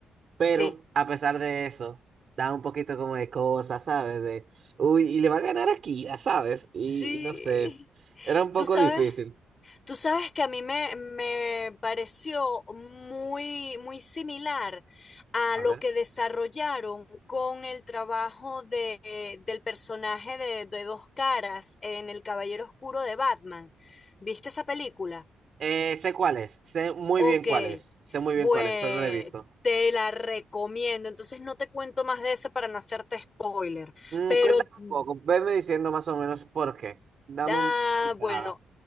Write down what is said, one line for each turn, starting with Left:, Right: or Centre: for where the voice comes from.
Right: Pero
Left: sí,
Right: a pesar de eso, da un poquito como de cosas, ¿sabes? De, uy, y le va a ganar a Kira, ¿sabes? Y,
Left: sí.
Right: y no sé, era un poco
Left: ¿Tú sabes?
Right: difícil.
Left: Tú sabes que a mí me, me pareció muy, muy similar a
Right: A
Left: lo
Right: ver.
Left: que desarrollaron con el trabajo de, del personaje de, de Dos Caras en El Caballero Oscuro de Batman. ¿Viste esa película?
Right: Eh, sé cuál es, sé muy
Left: Ok,
Right: bien cuál es, sé muy bien
Left: pues
Right: cuál es, pero no lo he visto.
Left: te la recomiendo. Entonces no te cuento más de esa para no hacerte spoiler,
Right: Mm,
Left: pero...
Right: cuéntame
Left: mm,
Right: un poco, venme diciendo más o menos por qué. Dame
Left: Ah,
Right: un pincelada.
Left: bueno,